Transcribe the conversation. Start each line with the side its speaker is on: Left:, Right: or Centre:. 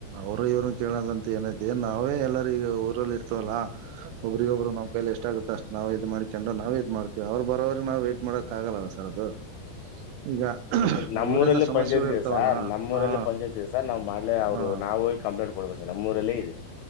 Right: ಅವರು ಇವ್ರನ್ ಕೇಳದಂತ ಏನೈತಿ ನಾವೇ ಎಲ್ಲಾರ ಈಗ ಊರಲ್ಲಿ ಇರ್ತಿವಲ್ಲ ಒಬ್ಬರಿಗೊಬ್ರು ನಮ್ ಕೈಲಿ ಎಷ್ಟ ಆಗುತ್ತೆ ಅಷ್ಟ ನಾವ್ ಇದ್ ಮಾಡಿ ಕಂಡ್ ನಾವ್ ಇದ್ ಮಾಡ್ತೀವಿ ಅವ್ರು ಬರೋರಿಗೆ ನಾವ್ ವೈಟ್ ಮಾಡಕ್ ಆಗಲ್ಲ ಸರ್ ಅದು ಈಗ
Left: ನಮ್ಮೂರಲ್ಲಿ
Right: ಊರಿನ ಸಮಸ್ಯೆಗಳು
Left: ಪಂಚಾಯಿತಿ ಇದೆ
Right: ಇರ್ತಾವಲ್ಲ
Left: ಸರ್ ನಮ್ಮೂರಲ್ಲಿ
Right: ಹಾ
Left: ಪಂಚಾಯತ್ತಿ ಇದೆ ಸರ್ ನಾವ್ ಮಾಡ್ಲೆ ಅವ್ರು
Right: ಹಾ
Left: ನಾವೋಗ ಕಂಪ್ಲೇಂಟ್ ಕೊಡ್ಬೇಕ ಸರ್ ನಮ್ಮೂರಲ್ಲೇ ಇದೆ